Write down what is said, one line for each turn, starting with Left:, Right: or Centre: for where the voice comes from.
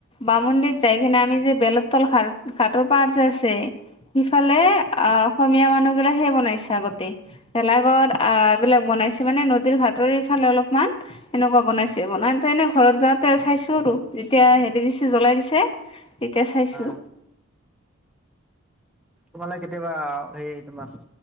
Left: বামন্দিত যাই কেনে আমি যে বেলত তল ঘাৰ ঘাটৰ পাৰ যে আছে সিফালে অ' অসমীয়া মানুহ বোৰে সেই বনাইছে আগতে ভেলাঘৰ আহ, এইবিলাক বনাইছে মানে নদীৰ ঘাটৰএইফালে অলপমান সেনেকুৱা বনাইছে বনাওতে এনেই ঘৰত যাওঁতে চাইছো আৰু যেতিয়া হেৰি দিছে জ্বলাই দিছে।
Centre: <inaudible>
Left: তেতিয়া চাইছোঁ।
Centre: অ', তোমালৈ কেতিয়াবা অ'সেই তোমাৰ